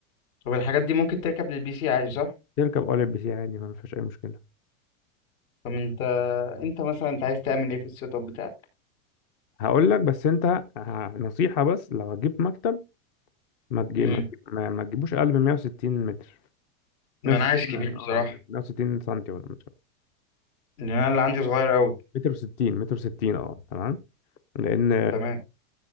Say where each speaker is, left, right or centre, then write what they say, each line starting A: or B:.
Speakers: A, on the left; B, on the left.
A: طب الحاجات دي ممكن تركب للبي سي عادي صح
B: تركب اول بي سي عادي ما فيش اي مشكله
A: طب انت انت مثلا انت عايز تعمل ايه في السيت اب بتاعك
B: هقول لك بس انت ه- نصيحة بس لو هتجيب مكتب ما تجيب
A: امم
B: ما تجيب- ما- ما تجيبوش اقل من 160 متر
A: ما
B: 160
A: انا عايز كبير
B: اه
A: بصراحه
B: 160 سنتي ولا متر
A: لان انا اللي عندي صغير قوي
B: متر و60 متر و60 اه تمام لان
A: تمام